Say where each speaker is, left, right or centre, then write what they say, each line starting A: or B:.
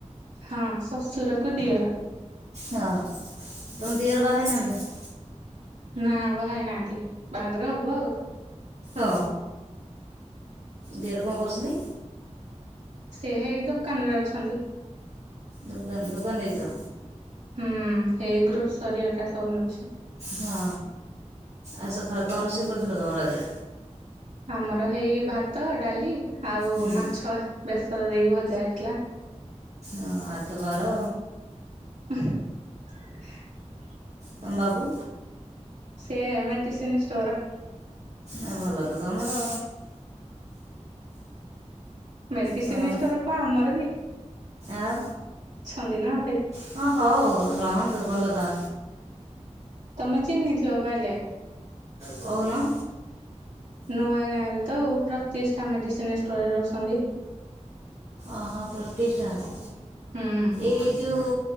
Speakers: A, on the right (about 80°); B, on the right (about 65°).
A: ହଁ ଶ୍ବଶୁର କୁ ଦିଅର।
B: ହଁ ତମ ଦିଅର ବାହାହେଇ ନାହାନ୍ତି?
A: ନା ବାହାହେଇ ନାହାନ୍ତି ବାହାଘର ହବ ଆଉ?
B: ଅ ଦିଅର କଣ କରୁଛନ୍ତି?
A: ସେ ହେଇ ଦୋକାନରେ ଅଛନ୍ତି?
B: ଦୋକାନ ଦୋକାନ ଦେଇଚ?
A: ହୁଁ। ଏଇ ଗ୍ରୋସରୀ ଏକା ସବୁ ମିଳୁଛି?
B: ହଁ ଆଉ ସକାଳେ କଣ ରୋଷେଇ କରିଥିଲ ତମର ଆଜି?
A: ଆମର ହେଇ ଭାତ ଡାଲି ଆଉ
B: ହୁଁ
A: ମାଛ ବେଶ ରେ ଦେଇକି ଭଜା ହେଇଥିଲା।
B: ହ ଆଜି ତ ବାର?
A: <unintelligible> <inaudible>
B: ତମ ବାବୁ?
A: ସେ ମେଡିସିନ ଷ୍ଟୋର?
B: ଆ ଭଲ ତ ତମର?
A: ମେଡିସିନ
B: ତମର
A: ଷ୍ଟୋର କଣ ଆମର କି?
B: ଆଉ।
A: ହଛନ୍ତି ନାେ
B: ହଁ ହଉ ରହନ୍ତୁ ଭଲ ତ
A: ତମେ ଚିହ୍ନିଥିବ ପହେଲେ।
B: କହୁନ।
A: ନୂଆ ଗାଁ ର। ତ ପ୍ରତିଷ୍ଠା ମେଡିସିନ ଷ୍ଟୋରରେ ରହୁସନ୍ତି।
B: ଓହୋ ପ୍ରତିଷ୍ଠାନ
A: ହୁଁ
B: ଏଇ ଯେଉ